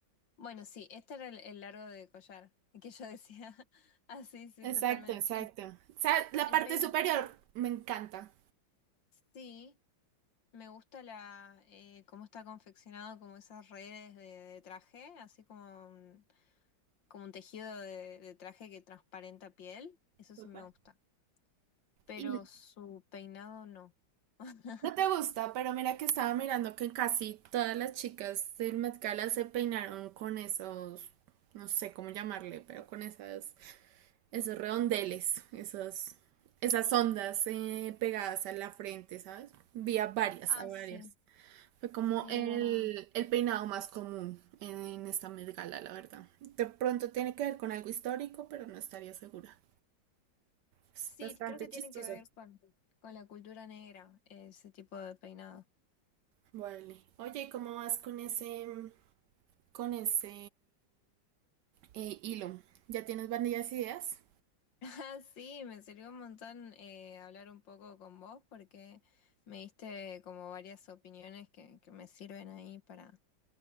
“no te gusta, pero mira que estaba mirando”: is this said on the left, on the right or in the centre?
Right